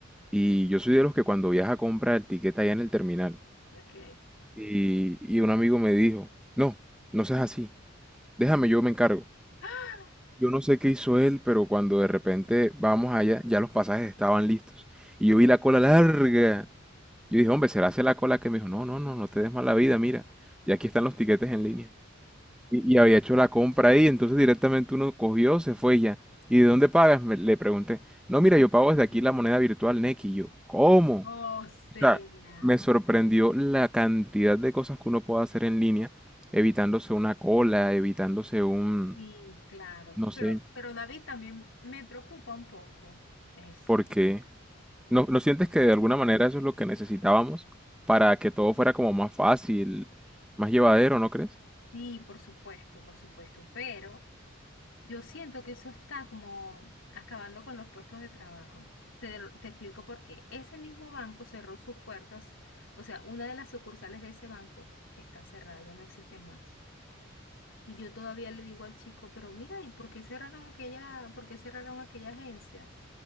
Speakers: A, in the centre; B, on the left.
A: y yo soy de los que cuando viaja compra el tiquete allá en el terminal.
B: Ok.
A: Y, y un amigo me dijo, no, no seas así, déjame, yo me encargo.
B: <gasps>
A: Yo no sé qué hizo él, pero cuando de repente vamos allá, ya los pasajes estaban listos. Y yo
B: Oh,
A: vi la cola larga Yo dije, hombre, será hace la cola que me dijo, no, no, no, no te des mala vida, mira, y aquí están los tiquetes en línea. Y, y había hecho la compra ahí, entonces directamente uno cogió, se fue y ya. ¿Y de dónde pagas? Me- le pregunté. No, mira, yo pago desde aquí la moneda virtual Nequi. Y yo, ¿cómo?
B: sí. O sea.
A: O sea, me sorprendió la cantidad de cosas que uno puede hacer en línea, evitándose una cola, evitándose un,
B: Sí, claro,
A: no sé,
B: pero, pero David también me preocupa un poco eso.
A: porque ¿No, no sientes que de alguna manera eso es lo que necesitábamos para que todo fuera como más fácil, más llevadero, ¿no crees?
B: Sí, por supuesto, por supuesto, pero yo siento que eso está como acabando con los puestos de trabajo. Te, te explico por qué. Ese mismo banco cerró sus puertas, o sea, una de las sucursales de ese banco está cerrada, ya no existe más. Y yo todavía le digo al chico, pero mira, ¿y por qué cerraron aquella, por qué cerraron aquella agencia?